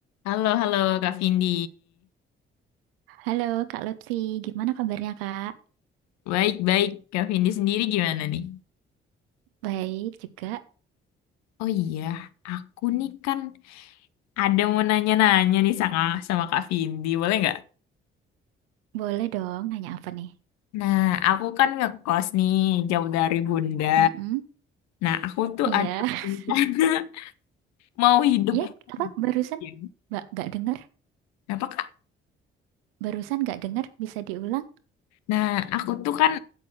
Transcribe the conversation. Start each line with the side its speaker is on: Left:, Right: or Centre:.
Left: Halo, halo Kak Vindi.
Right: Halo Kak Lutfi, gimana kabarnya Kak?
Left: Baik-baik, Kak Vindi sendiri gimana nih?
Right: Baik juga.
Left: Oh iya, aku nih kan ada mau nanya-nanya nih sama, sama Kak Vindi, boleh nggak?
Right: Boleh dong nanya apa nih?
Left: Nah, aku kan ngekos nih, jauh dari Bunda.
Right: Mm-mm.
Left: Nah, aku tuh
Right: Iya.
Left: ada rencana <laughs>
Right: <laughs>
Left: mau hidup.
Right: Ya,
Left: eh,
Right: apa barusan?
Left: iya.
Right: Mbak, nggak dengar?
Left: Apa Kak?
Right: Barusan nggak dengar? Bisa diulang?
Left: Nah, aku tuh kan